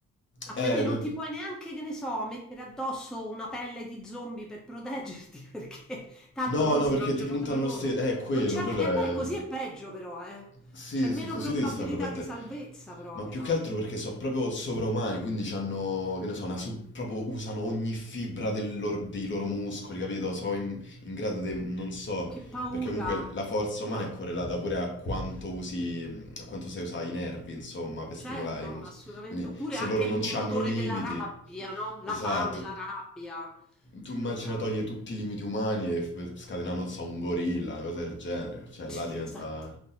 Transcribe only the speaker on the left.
Eh,
que-
No,
no,
perché
ti puntano
lo stesso. Eh, quello,
quello
è.
Sì,
sì, così
devi stare proprio a
te.
Ma più che altro perché sono proprio sovraumani, quindi hanno, che ne so, una sub- proprio usano ogni fibra del lor- dei loro muscoli, capito? Sono in, in grado di, non so,
perché comunque la forza umana
è correlata pure a quanto usi, a quanto sai usare i nervi, insomma, per
stimolare i muscoli.
Quindi
se
loro non
hanno limiti.
Esatto.
Tu
immagina
toglie tutti i limiti umani e f- scatena, non so, un gorilla, una cosa del genere. Cioè, là
diventa